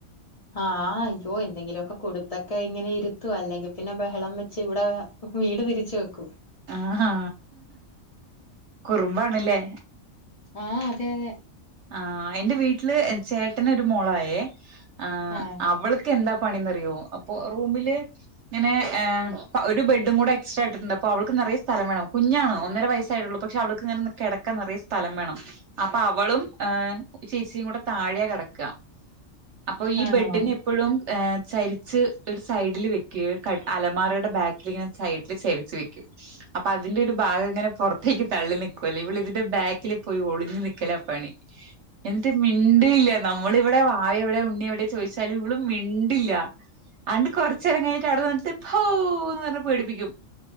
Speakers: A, on the left; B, on the right.
A: ആഹ അയ്യോ എന്തെങ്കിലുമൊക്കെ കൊടുത്തൊക്കെ ഇങ്ങനെ ഇരുത്തും അല്ലെങ്കി പിന്നെ ബഹളം വെച്ച് ഇവിടെ പൊ വീട് തിരിച് വെക്കും
B: ആഹാ റുമ്മാണ്ല്ലേ
A: ആഹ് അതെ അതെ
B: ആഹ് എന്റെ വീട്ടില് ചേട്ടന് ഒരു മോളായേ ആഹ്
A: ആ
B: അവൾ ക്കെന്താ പണിന്നറിയോ അപ്പോ റൂമില് ഇങ്ങനേ ഏ പ്പ ഒരു ബെഡുംകൂടെ എക്സ്ട്രാ ഇട്ടട്ട്ണ്ട് അപ്പോ അവൾക്ക് നിറയേ സ്ഥലം വേണം കുഞ്ഞാണ് ഒന്നര വയസ്സായിട്ടുള്ളൂ പക്ഷേ അവള് ക്ക് ഇങ്ങനെന്ന് കിടക്ക നിറയെ സ്ഥലം വേണം അപ്പൊ അവളും ഏ ചേച്ചിയും കൂടെ താഴെയാ കിടക്കാ അപ്പൊ ഈ
A: ആണോ
B: ബെഡിനെപ്പഴും ഏ ചെരിച്ച് ഒരു സൈഡില് വെക്കൂ ക അലമാറയുടെ ബാക്കിലിങ്ങനെ സൈഡില് ചെരിച്ച് വെക്കും അപ്പൊ അതിന്റെ ഒരു ഭാഗങ്ങനെപൊർത്തേക്ക്തള്ളിനിക്കുവല്ലേ ഇവള് ഇതിന്റെ ബാക്കില് പോയി ഒളിഞ്ഞു നിക്കലാ പണി ഉ <unintelligible> എന്നിട്ട് മിണ്ടില്ല നമ്മളിവിടെ വാവ എവിടെ ഉണ്ണി എവിടെ ചോദിച്ചാലും ഇവള് മിണ്ടില്ലാ അണ്ട് കൊർചേരം കൈയ്ഞ്ഞിട്ട് അവിടെ നിന്നിട്ട് പ്പോന്നർഞ്ഞ് പേടിപ്പിക്കും